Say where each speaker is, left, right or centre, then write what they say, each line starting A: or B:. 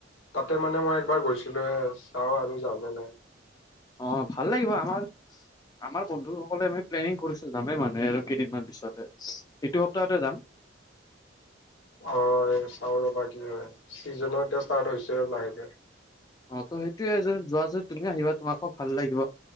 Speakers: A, on the left; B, on the left.
A: তাতে মানে মই একবাৰ গৈছিলোঁয়ে। চাওঁ আৰু যাওঁ নে নাই।
B: অঁ' ভাল লাগিব, আমাৰ- আমাৰ বন্ধুসকলে মানে প্লেনিং কৰিছিল, যামেই মানে আৰু কেইদিনমান পিছতে। এইটো সপ্তাহতে যাম।
A: অঁ' এ চাওঁ ৰ'বা কি হয়। চিজনও এতিয়া ষ্টাৰ্ট হৈছে আৰু লাহেকে।
B: অঁ' তো সেইটোয়ে যদি যোৱা যদি তুমিও আহিবা, তোমাকো ভাল লাগিব।